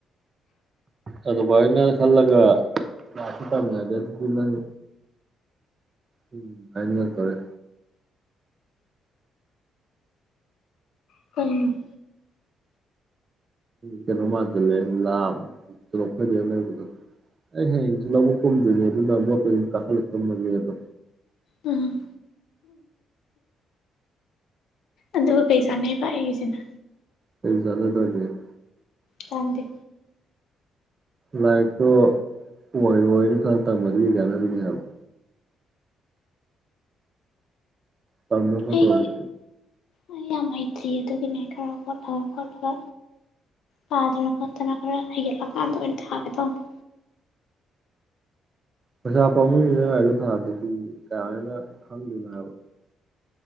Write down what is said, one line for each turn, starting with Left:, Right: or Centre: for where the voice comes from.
Right: ꯑꯗꯨ ꯃꯥꯏꯅ ꯈꯜꯂꯒ ꯂꯥꯛꯈꯤ ꯇꯝꯃꯦ ꯑꯗꯨꯗꯗꯤ ꯅꯪ ꯎꯝ ꯍꯥꯏꯅꯤꯉꯛꯇ‌ꯣꯔꯦ
Left: ꯨꯀꯩꯅ‌ꯣ
Right: ꯀꯩꯅꯣ ꯃꯥꯟꯁꯤꯜꯂꯦ ꯂ ꯀꯩꯅꯣ ꯐꯗ ꯂꯩꯕꯗꯣ ꯑꯩ ꯍꯌꯦꯡꯁꯨ ꯂꯧꯕꯨꯛ ꯀꯨꯝꯗꯣꯏꯅꯦ ꯑꯗꯨꯅ ꯃꯣꯠꯇ ꯀꯥꯈꯠꯂ ꯇꯨꯝꯃꯅꯤ ꯑꯗꯣ
Left: ꯎꯝ ꯑꯗꯨꯒ ꯀꯩ ꯆꯥꯟꯅꯩꯕ ꯑꯩꯒꯤꯁꯤꯅ
Right: ꯐ ꯆꯗꯗꯒꯦ <unintelligible>
Left: ꯀꯥꯟꯗ‌ꯦ
Right: ꯂꯥꯏꯔꯤꯛꯇꯣ ꯑꯣꯏꯔ‌ꯣꯏꯅ ꯈꯜꯂ ꯇꯝꯃꯗꯤꯗꯤ ꯀꯩ ꯀꯥꯟꯅꯔꯤꯒꯦ ꯍꯥꯏꯕ ꯇꯝꯕ <unintelligible>
Left: ꯑꯩ
Right: ꯑꯣꯏ
Left: ꯑꯩ ꯌꯥꯝ ꯍꯩꯇ꯭ꯔꯤ ꯑꯗꯨꯒꯤꯅꯦ ꯈꯔ ꯍꯣꯠꯂ ꯈꯣꯠꯂ ꯄꯥꯗꯅ ꯇꯅꯥ ꯈꯔ ꯍꯩꯒꯠꯂꯀꯥꯟꯗ ꯑꯣꯏꯅ ꯊꯥꯒ‌ꯦ ꯇꯧꯅ‌ꯦ
Right: ꯄꯩꯁꯥ ꯄꯥꯃꯨꯏꯅꯤꯅ ꯍꯥꯏꯒꯤ ꯊꯥꯗꯔꯗꯤ ꯀꯃꯥꯏꯅ ꯈꯪꯗꯣꯏꯅꯣ ꯍꯥꯏꯕ